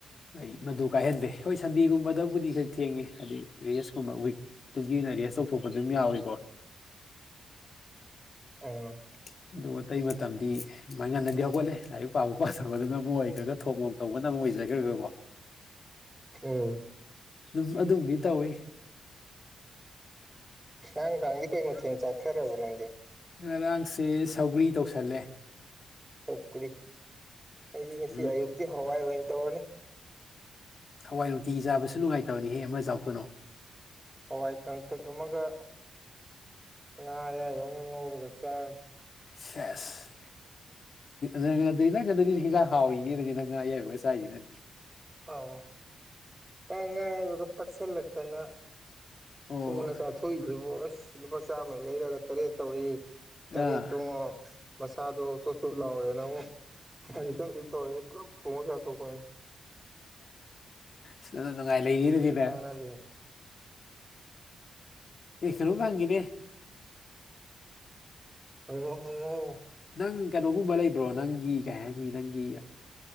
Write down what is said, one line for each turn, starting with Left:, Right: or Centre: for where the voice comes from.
Left: ꯑꯩ ꯃꯗꯨ ꯀꯥꯏꯍꯟꯗꯦ ꯍꯣꯏ ꯁꯟꯗꯦꯒꯨꯝꯕꯗꯕꯨꯗꯤ ꯈꯔ ꯊꯦꯡꯉꯦ ꯍꯥꯏꯗꯗꯤ ꯔꯦꯁꯀꯨꯝꯕ ꯋꯤꯛꯇꯨ ꯁ ꯇꯧꯊꯣꯛꯄ ꯑꯗꯨꯝ ꯌꯥꯎꯋꯏꯀꯣ
Right: ꯑꯣꯝ
Left: ꯑꯗꯨꯒ ꯑꯇꯩ ꯃꯇꯝꯗꯤ ꯃꯥꯏ ꯉꯟꯅꯗꯤ ꯍꯧꯒꯠꯂꯦ ꯂꯥꯏꯔꯤꯛ ꯄꯥꯕ ꯄꯥꯖꯕꯗꯨꯅ ꯑꯃ ꯑꯣꯏꯈ꯭ꯔꯒ ꯊꯣꯡ ꯇꯧꯕꯅ ꯑꯃ ꯑꯣꯏꯖꯒ꯭ꯔ ꯈ ꯑꯣꯏꯣ
Right: ꯎꯝ
Left: ꯑꯗꯨꯝ ꯑꯗꯨꯕꯨꯗꯤ ꯇꯧꯋꯤ
Right: ꯅꯪ ꯅꯪꯂꯤ ꯀꯩ ꯃꯤꯟ ꯆꯠ ꯊꯔꯔꯕꯕ ꯅꯪꯦ
Left: ꯉꯔꯥꯡꯁꯦ ꯁꯧꯒ꯭ꯔꯤ ꯇꯧꯁꯜꯂꯦ
Right: ꯁꯧꯀꯔꯤ ꯑꯩꯗꯤ ꯉꯁꯤ
Left: ꯎꯝ
Right: ꯑꯌꯨꯛꯇꯤ ꯍꯋꯥꯏ ꯑꯣꯏꯅ ꯇꯧꯔꯅꯤ
Left: ꯍꯋꯥꯏ ꯅꯨꯡꯇꯤ ꯆꯥꯕꯁꯨ ꯅꯨꯡꯉꯥꯏꯇꯕꯅꯤ ꯍꯦꯛ ꯑꯃ ꯆꯥꯎꯈꯠꯅꯣ
Right: ꯍꯋꯥꯏ ꯀꯥꯡꯊꯛ ꯑꯃꯒ ꯉ ꯌꯥ ꯌꯅ ꯅ ꯉꯁꯔ
Left: ꯁꯦꯁ ꯅꯪꯗꯤ ꯅꯪꯗꯗꯤ ꯍꯤꯗꯥꯛ ꯍꯥꯎꯏꯅꯤ ꯑꯗꯨꯗꯤ ꯅꯪ ꯑꯌꯥꯏꯒ ꯆꯥꯏꯈꯤꯅꯅꯤ
Right: ꯑꯥꯎ ꯇꯥꯏ ꯉꯥꯏ ꯒ ꯄꯆꯜ ꯂꯇꯅ
Left: ꯑꯣ
Right: ꯊꯨꯅ ꯆꯥꯊꯣꯛꯏꯗꯨꯕꯨ ꯑꯩꯁ ꯂꯨꯄꯥ ꯆꯥꯝꯃꯩ ꯂꯩꯔꯒ ꯇꯔꯦꯠ ꯇꯧꯔꯤ
Left: ꯑꯥ
Right: ꯇꯔꯦꯠ ꯇꯨꯡꯉꯣ ꯃꯁꯥꯗꯣ ꯆꯣꯠ ꯆꯣꯠ ꯂꯥꯎꯋꯦꯅ ꯑꯃꯨꯛ ꯍꯥꯏꯖꯤꯇꯪꯁꯨꯛ ꯇꯧꯋꯦ ꯄꯨꯂꯞ ꯊꯣꯡꯑꯣ ꯆꯥꯊꯣꯛꯄꯅꯤ
Left: ꯁꯉꯥꯏ ꯂꯩ
Right: ꯁꯤꯗꯤ
Left: ꯏꯂ
Right: ꯀꯥꯟꯅꯗꯦ
Left: ꯐꯁꯔꯕꯨ ꯊꯪꯤ
Right: ꯑꯣ ꯍ
Left: ꯅꯪ ꯀꯩꯅꯣꯒꯨꯝꯕ ꯂꯩꯕ꯭ꯔꯣ ꯅꯪꯒꯤ ꯀꯩ ꯍꯥꯏꯅꯤ ꯅꯪꯒꯤ